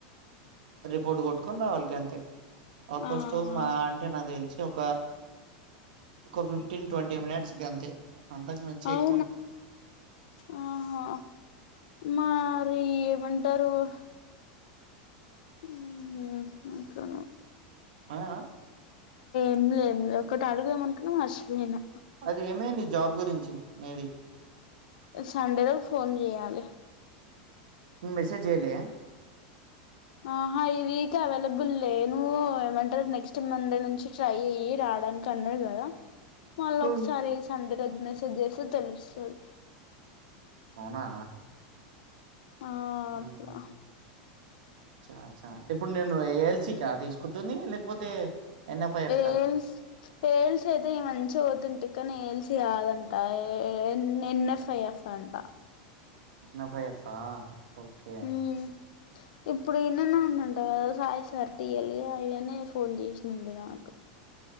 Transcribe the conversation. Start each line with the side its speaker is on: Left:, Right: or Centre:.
Right: రిపోర్ట్ కొట్టుకొని రావాలికి అంతే ఒక్క
Left: ఆహా
Right: స్టోర్ మా అంటే నా తెలిసి ఒక ఒక ఫిఫ్టీన్ ట్వంటీ మినిట్స్ ఇగ అంతే అంతకు మించి ఎ
Left: ఆ ఆహా మారి ఎమం దరువు ఉమ్ ఓకే
Right: ఆ అ
Left: ఇంలేంలే ఒకటి అడుగమనుకున్నా మర్శపోయినా
Right: అది ఏమేని జాబ్ గురించి మీది
Left: సండేలో ఫోన్ జేయాలి
Right: ను మస్సాజ్ జేయలే
Left: ఆహా ఇవీక్ అవైలబుల్ లే నువ్వు ఏమంటారు నెక్స్ట్ మండే నుంచి ట్రై అయ్యి రావడానికి అన్నాడు కదా మళ్ళ
Right: ఉమ్.
Left: ఒకసారి సండే ఎది మెసేజ్ చేస్తే తెలుస్తది
Right: అవునా
Left: ఆ
Right: ఉహు
Left: అట్లా
Right: చ చ ఇప్పుడు నేను ఎ ఎల్సిక తీసుకుంటుంది లేకపోతే ఎన్ఎఫ్ఐఎఫ్
Left: ఏల్స్
Right: కా
Left: ఏల్స్ అయితే ఈ మంచగ తిటికన్ ఏల్సియాదంట ఏ ఎన్ ఎన్ఎఫ్ ఐఎఫ్ అంట
Right: నా ఫై ఎఫా ఓకే
Left: అంట ఇప్పుడు ఈననే ఉన్నంట కదా సాయి సార్ టీయల్ గ అయనే ఫోన్ చేసింది నాకు